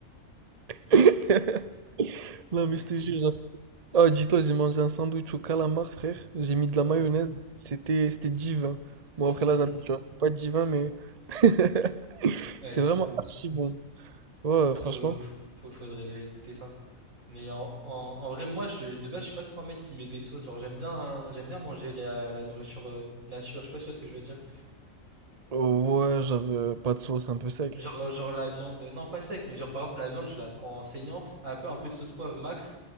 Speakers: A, on the right; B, on the right.
A: <laughs> Non,
B: Non.
A: mais je te
B: Si,
A: jure, genre. Ah, dis-toi, j'ai mangé un sandwich au calamar, frère. J'ai mis de la
B: ouais.
A: mayonnaise. C'était c'était divin. Bon,
B: <laughs>
A: après, là, j'abuse, tu vois, c'était pas divin, mais <laughs>
B: Ouais,
A: C'était
B: c'était
A: vraiment
B: tranquille.
A: archi bon. Ouais,
B: Ah,
A: ouais, franchement.
B: Faut, faut, faut- faudrait que j'aille goûter ça. Mais en, en, en vrai, moi, je, de base, je suis pas trop un mec qui met des sauces. Genre, j'aime bien, hein, j'aime bien manger la, la nourriture euh, nature. Je sais pas si tu vois ce que je veux dire.
A: Ouais, genre, euh, pas de sauce, un peu sec.
B: Genre, euh, genre la viande, euh, non, pas sec, mais genre, par exemple, la viande, je la prends saignante, un peu, un peu de sauce poivre max.